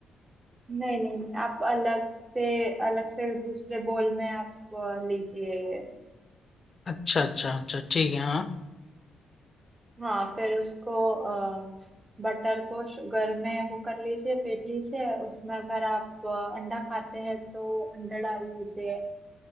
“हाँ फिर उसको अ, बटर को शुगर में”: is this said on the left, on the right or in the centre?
Right